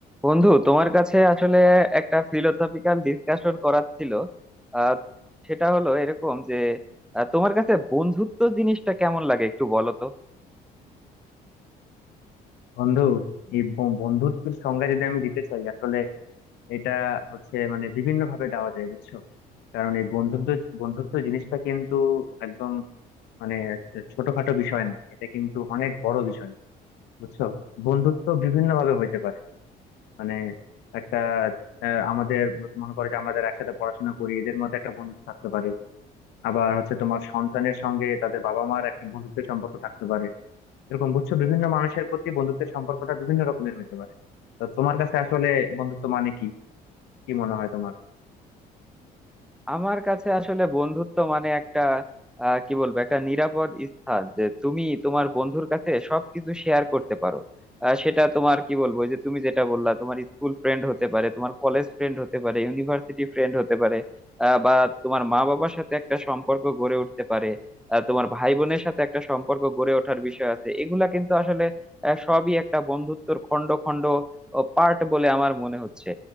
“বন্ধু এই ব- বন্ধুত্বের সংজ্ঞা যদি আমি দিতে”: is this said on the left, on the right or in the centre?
Left